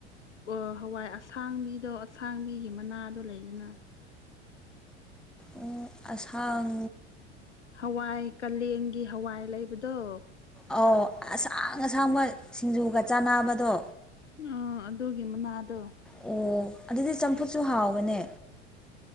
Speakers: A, on the left; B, in the centre.
A: ꯑꯥ ꯍꯋꯥꯏ ꯑꯁꯥꯡꯕꯤꯗꯣ ꯑꯁꯥꯡꯕꯤꯒꯤ ꯃꯅꯥꯗꯣ ꯂꯩꯗꯅ
B: ꯎꯝ ꯑꯁꯥꯡ
A: ꯍꯋꯥꯏ ꯀꯥꯂꯦꯟꯒꯤ ꯍꯋꯥꯏ ꯂꯩꯕꯗꯣ
B: ꯑꯧ ꯑꯁꯥꯡ ꯑꯁꯥꯡꯕ ꯁꯤꯡꯖꯨꯒ ꯆꯥꯟꯅꯕꯗꯣ
A: ꯑꯥ ꯑꯗꯨꯒꯤ ꯃꯅꯥꯗꯣ
B: ꯑꯣ ꯑꯗꯨꯗꯤ ꯆꯝꯐꯨꯠꯁꯨ ꯍꯥꯎꯕꯅꯦ